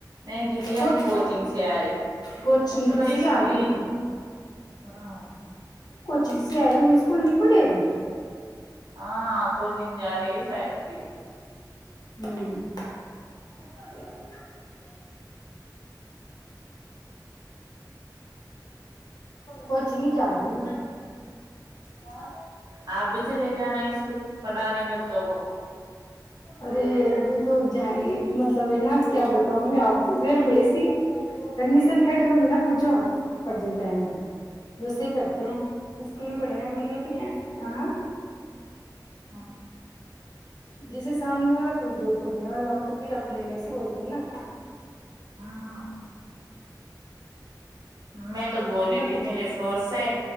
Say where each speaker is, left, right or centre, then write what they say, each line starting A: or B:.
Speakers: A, on the right; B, on the left.
A: نہیں دیدی
B: خود
A: ہم کوچنگ سے آ رہے
B: کوچنگ
A: میں سوچا
B: سے
A: اسکول
B: آ رہی
A: ہی
B: ہوں
A: ہ
B: جسی آ اسکول نکل رہے ابھی
A: ہاں کوچن یار ساتیر
B: ہوں کچ نہیں جا رہی ہ
A: آپ بھی چلے جانا اسکول پڑھانے
B: <inaudible>
A: بچوں کو
B: ارے ابھی تو جائے مطلب ہے نا کیا بتاؤں میں آپ گھر وسی کنڈیشن کھڑی ہو رہی نا پوچھو ارجینٹ ٹائم پہ جسے کرتے ہیں اسکول میں پڑھایا م پھر ہ
A: <inaudible>
B: جیسے سامنے والا کوئی جاب کرنے والا ہو تو پھر اپنے لیے سے بولتے ہیں نا
A: ہاں میں تو بول
B: ان
A: رہی
B: کا
A: تھی
B: کچھ
A: میرے سور سے